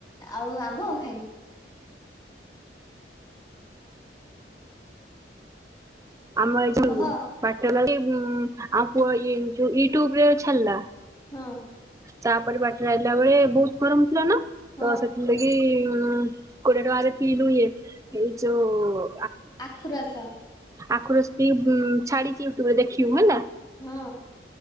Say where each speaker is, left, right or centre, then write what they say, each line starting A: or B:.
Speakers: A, on the left; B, on the right.
A: ଆଉ ଆମ୍ବ ଖାଇଲିି।
B: ଆମ ଏ ଯଉ
A: କହ
B: ବାଟ <unintelligible> ଉଁ ଉଁ, ଆମ ପୁଅ ୟେ ଯୋ ୟୁଟ୍ୟୁବରେ ଛାଡିଲା।
A: ହଁ।
B: ତାପରେ ବାଟରେ ଆଇଲା ବେଳେ ବହୁତ ଗରମ ଥିଲା ନା?
A: ହଁ
B: ତ ସେଥିଲାଗି ଉଁ କୋଡିଏ ଟଙ୍କାରେ ପିିଇଲୁ ଇଏ ହେଇ ଯୋଉଉଉ
A: ଆଖୁୁରସ।
B: ଆଖୁରସ ପିଇ ହୁଁ ଉଚ୍ ଛାଡିଛି ୟୁଟ୍ୟୁବରେ ଦେଖିବୁ ହେଲା।
A: ହଁ